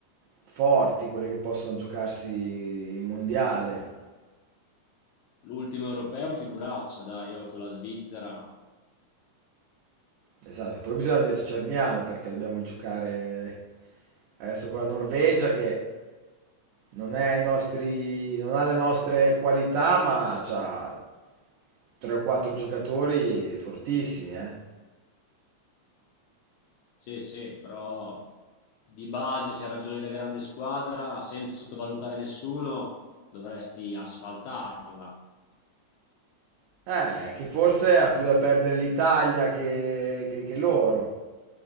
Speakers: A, on the right; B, on the left.
A: forti, quelle che possono giocarsi il mondiale.
B: L'ultimo europeo, figuraccia, dai, io con la Svizzera
A: Esatto, poi bisogna vedere se ci arniamo perché dobbiamo giocare adesso con la Norvegia che non, è i nostri, non ha le nostre qualità, ma ha tre o quattro giocatori fortissimi, eh.
B: Sì, sì, però di base se ragioni da grande squadra, senza sottovalutare nessuno, dovresti asfaltarla.
A: Eh, che forse ha più da perdere l'Italia che, che- che loro.